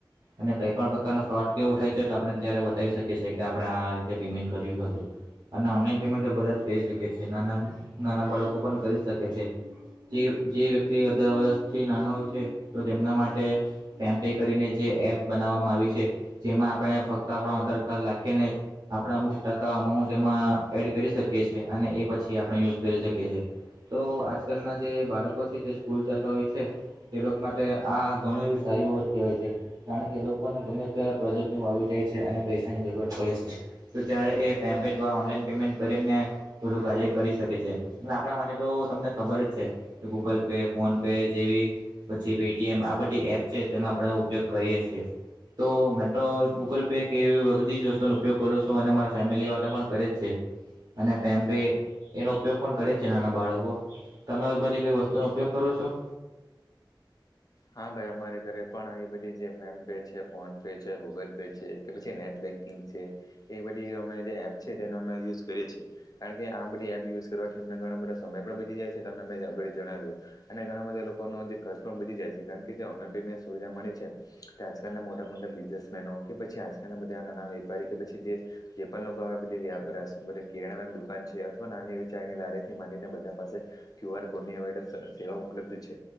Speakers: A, on the right; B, on the left.
A: અને કંઈ પણ પ્રકાર નો ફ્રોડ કે એવું થાય છે તો આપણે ત્યારે બતાવી શકીએ છીએ, કે આપણે આ-આ રીતે પેમેન્ટ કર્યું હતું. અને ઓનલાઈન પેમેન્ટો બધા જ કરી જ શકે છે. નાના-નાના બાળકો પણ કરી જ શકે છે. જે-જે વ્યક્તિ અઢાર વર્ષથી નાનો હોય છે તો તેમના માટે પેમ પે કરીને જે એપ બનાવવામાં આવી છે, જેમાં આપણે ફક્ત આપણો આધાર કાર્ડ લાખીને આપણે અમુક ટકા અમાઉન્ટ એમાં એડ કરી શકીએ છીએ, અને એ પછી આપણે યુઝ કરી શકીએ છીએ. તો આજકાલના જે બાળકો છે તે સ્કૂલ જતા હોય છે તે લોકો માટે આ ઘણું એવી સારી બાબત કહેવાય છે. કારણ કે એ લોકોને ગમે ત્યારે પ્રોજેક્ટનું આવી જાય છે અને પૈસાની જરૂરત પડે છે. જ્યારે એ પેમ પે દ્વારા ઓનલાઈન પેમેન્ટ કરીને થોડું કાર્ય કરી શકે છે. અને આપણા માટે તો તમને ખબર જ છે ગૂગલ પે, ફોન પે જેવી પછી પેટીએમ આ બધી એપ છે તેનો આપણેે ઉપયોગ કરીએ છીએ. તો મેં તો ગૂગલ પે કેવી બધી જ વસ્તુનો ઉપયોગ કરું છ છું અને મારા ફેમિલી વાળા પણ કરે જ છે. અને પેમ પે એનો ઉપયોગ પણ કરે જ છે નાના બાળકો. તમે આવી બધી કોઈ વસ્તુ નો ઉપયોગ કરો છો?
B: હા ભાઈ અમારે ઘરે પણ આવી બધી જે ફેન પે છે, ફોન પે છે, ગૂગલ પે છે, કે પછી નેટ બેંક <unintelligible> એ બધી અમે જે એપ છે તેનો અમે યુઝ કરીએ છીએ. કારણ કે આ બધી એપ યુઝ કરવાથી અમને ઘણા બધા સમય પણ બચી જાય છે. તમને મે જે આગળ જણાવ્યું. અને ઘણા બધા લોકોનો જે ખર્ચ પણ બચી જાય છે, કારણ કે તે ઓનલાઈન પેમે સુવિધા મળે છે. તે આજકાલના મોટા-મોટા બિઝનેસમેનો, કે પછી આજકાલના બધા નાના વેપારી કે પછી જે જે પણ લોકો આવી બધી <unintelligible> બધી કિરણા દુકાન છે, અથવા નાની એવી ચાયની લારીથી માંડીને બધા પાસે ક્યુ આર કોડની હવે તો સે સેવા ઉપલબ્ધ છે.